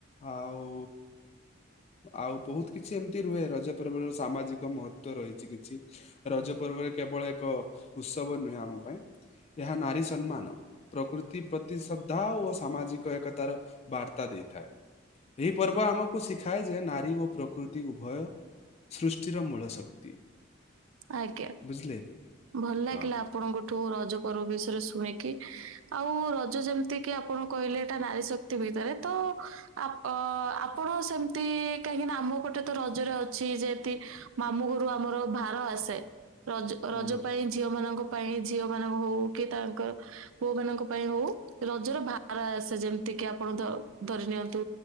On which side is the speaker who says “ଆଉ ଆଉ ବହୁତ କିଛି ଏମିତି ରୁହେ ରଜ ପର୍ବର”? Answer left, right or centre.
Left